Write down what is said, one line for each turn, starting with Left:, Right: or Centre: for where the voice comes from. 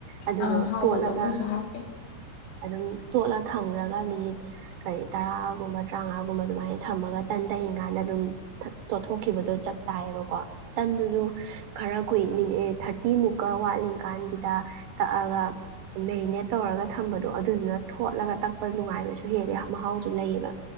Right: ꯑꯗꯨꯗꯣ
Left: ꯑꯥ ꯍꯥꯎꯕꯗꯣ
Right: ꯇꯣꯠꯂꯒ
Left: ꯑꯩꯈꯣꯏꯁꯨ ꯍꯥꯞꯄꯦ
Right: ꯑꯗꯨꯝ ꯇꯣꯠꯂ ꯊꯝꯈ꯭ꯔꯒ ꯃꯤꯅꯤꯠ ꯀꯔꯤ ꯇꯔꯥꯒꯨꯝꯕ ꯇꯔꯥꯃꯉꯥꯒꯨꯝꯕ ꯑꯗꯨꯃꯥꯏꯅ ꯊꯝꯃꯒ ꯇꯟ ꯇꯩꯔꯤꯡꯀꯥꯟꯗ ꯑꯗꯨꯝ ꯇꯣꯠꯊꯣꯛꯈꯤꯕꯗꯣ ꯆꯞ ꯆꯥꯏꯌꯦꯕꯀꯣ ꯇꯟꯗꯨꯁꯨ ꯈꯔ ꯀꯨꯏ ꯃꯤꯅꯤꯠ ꯊꯥꯔꯇꯤ ꯃꯨꯛꯀ ꯋꯥꯠꯂꯤꯀꯥꯟꯒꯤꯗ ꯇꯛꯑꯒ ꯃꯦꯔꯤꯅꯦꯠ ꯇꯧꯔꯒ ꯊꯝꯕꯗꯣ ꯑꯗꯨꯗꯨꯅ ꯊꯣꯠꯂꯒ ꯇꯛꯄ ꯅꯨꯡꯉꯥꯏꯕꯁꯨ ꯍꯦꯜꯂꯦ ꯃꯍꯥꯎꯁꯨ ꯂꯩꯌꯦꯕ